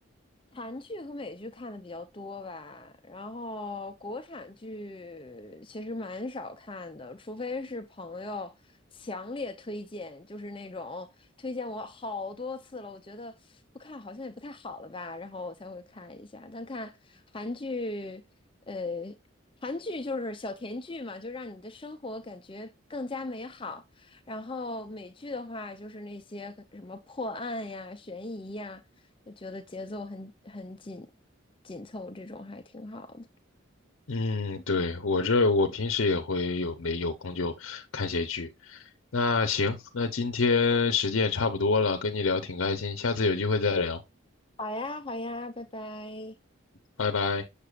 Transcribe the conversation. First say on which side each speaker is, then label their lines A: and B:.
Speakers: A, on the left (about 25°); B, on the left (about 75°).
A: 韩剧和美剧看的比较多吧，然后国产剧其实蛮少看的，除非是朋友强烈推荐，就是那种推荐我好多次了，我觉得不看好像也不太好了吧，然后我才会看一下。但看韩剧，呃，韩剧就是小甜剧嘛，就让你的生活感觉更加美好。然后美剧的话，就是那些什么破案呀、悬疑呀。就觉得节奏很很紧紧凑，这种还挺好的。
B: 嗯，对，我这我平时也会有没有空就看些剧。那行，那今天时间也差不多了，跟你聊挺开心，下次有机会再聊，
A: 好呀，好呀，拜拜。
B: 拜拜。